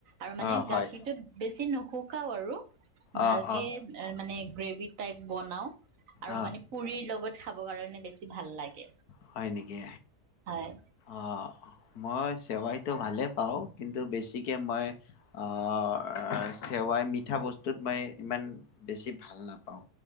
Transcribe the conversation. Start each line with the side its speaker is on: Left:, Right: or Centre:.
Right: আৰু মানে
Left: অ', হয়।
Right: গাখীৰতটো বেছি নোখোৱা। শুকাও আৰু। ভালকে
Left: অ', অ',
Right: মানে গ্ৰেভ। টাইপ বনাওঁ। আৰু
Left: অ',
Right: মানে পুৰিৰ লগত। খাব কাৰণে বেছি ভাল লাগে।
Left: হয় নেকি?
Right: হয়।
Left: অঁ মই চেৱাইতো ভালে পাওঁ। কিন্তু বেছিকে মই অঁ। আহ চেৱাই মিঠা বস্তুত মই ইমান বেছি ভাল নাপাওঁ।